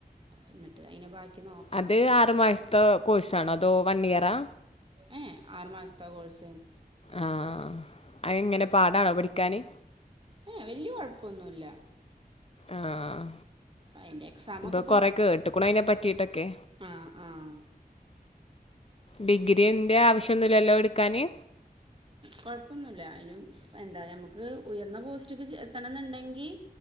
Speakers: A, on the right; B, on the left.
A: അന്ന്ട്ട് അയ്ന് ബാക്കി നോക്കണം
B: അത് ആറു മാസത്തെ കോഴ്സാണോ അതോ വൺ ഇയറാ
A: ഏഹ് ആറു മാസത്തെ കോഴ്സ്
B: ആഹ് അതെങ്ങനെ പാടാണോ പഠിക്കാന്?
A: ഏഹ് വല്യ കൊഴപ്പൊന്നുല്ല.
B: ആഹ്
A: അതിൻ്റെ എക്സാമൊക്കെ
B: ഇപ്പൊ കുറെ കേട്ട്ക്ക്‌ണു അയിനെ പറ്റിട്ടൊക്കെ
A: ആഹ് ആഹ്
B: ഡിഗ്രിന്റെ ആവശ്യൊന്നുല്ലല്ലോ എടുക്കാന്?
A: കൊഴപ്പൊന്നുല്ല അയ്നു എന്താ ഞമുക്ക് ഉയർന്ന പോസ്റ്റ ഒക്ക എത്തണന്ന്ണ്ടെങ്കി